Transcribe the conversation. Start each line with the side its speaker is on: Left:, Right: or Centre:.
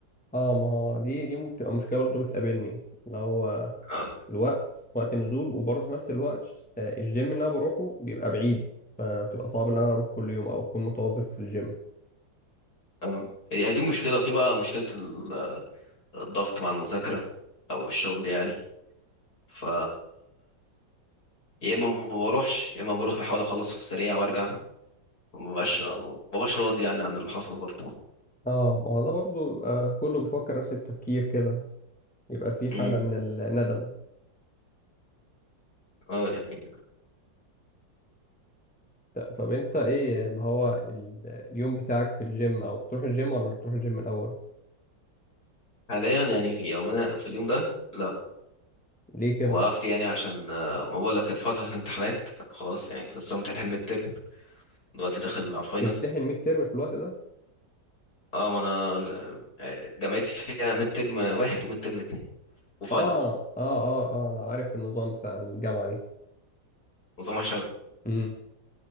Centre: اه ما هو دي دي بتبقى مشكلة برضه بتقابلني اللي هو
Left: اه
Centre: الوقت وقت النزول وبرضه في نفس الوقت آه، الجيم اللي انا بروحه بيبقى بعيد فبتبقى صعب ان انا اروح كل يوم او اكون متواظب في الجيم
Left: اه هي هي دي مشكله وفي بقى مشكله ال- الضغط مع المذاكره او الشغل يعني ف يا اما ما بروحش يا اما بروح بحاول اخلص في السريع وارجع مبقاش مبقاش راضي يعني عن اللي حصل برضه
Centre: اه ما هو ده برضه بيبقى كله بيفكر نفس التفكير كده يبقى في حالة
Left: امم
Centre: من الندم
Left: اه يعني
Centre: ط- طب انت ايه اللي هو ال- اليوم بتاعك في الجيم او بتروح الجيم ولا مش بتروح الجيم الاول
Left: حاليا يعني في يومنا في اليوم ده لا
Centre: ليه
Left: وقفت
Centre: كده
Left: يعني عشان آه، ما بقول لك فترة الامتحانات خلاص يعني كنت لسه متحل ميد ترم دلوقتي داخل على الفاينل
Centre: تمتحن ميد ترم في الوقت ده
Left: اه ما انا آه، جامعتي فيها ميد ترم واحد وميد ترم اتنين وفاينل
Centre: اه اه اه اه انا عارف النظام بتاع الجامعة دي
Left: نظام وحش أوي.
Centre: امم